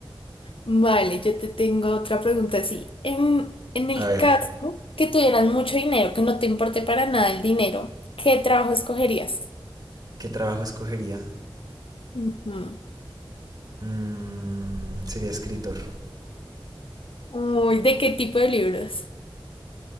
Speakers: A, on the left (about 75°); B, on the right (about 45°).
A: Vale, yo te tengo otra pregunta así. En, en el
B: A ver,
A: caso que tuvieras mucho dinero, que no te importe para nada el dinero, ¿qué trabajo escogerías?
B: ¿qué trabajo escogería?
A: Ujú.
B: Mm, sería escritor.
A: Uy, ¿de qué tipo de libros?